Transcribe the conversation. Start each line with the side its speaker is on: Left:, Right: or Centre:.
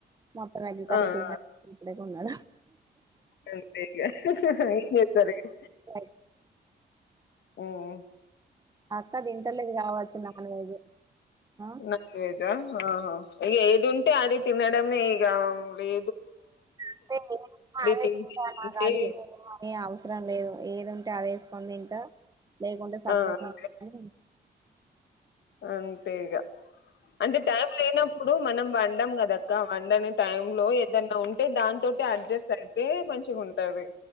Right: <inaudible> ఎగ్ కర్రీ
Left: ఆ
Right: తినడు
Left: ఆ అంతే ఇగ ఏం చేస్తారు ఇగ
Right: <inaudible>
Left: ఉమ్
Right: అక్క తింటలేదు కావచ్చు నాన్ వెజ్ ఆ
Left: నాలుగైదా ఆహా ఇ ఏదు ఉంటే అది తినడమే ఇగ వే
Right: <unintelligible>
Left: తింటే
Right: తింటా మా
Left: అంటే
Right: గాడి ఇంకేం అవసరం లేదు ఏది ఉంటే అది వేసుకోని తింటా లేకుంటే సప్పుడేక్
Left: ఆ అంతే
Right: అని
Left: అంతే ఇగ అంటే టైం లేనప్పుడు మనం వండం కదక్క వండని టైమ్ లో ఏదన్నా ఉంటే దాని తోటి అడ్జస్ట్ అయితే మంచిగా ఉంటది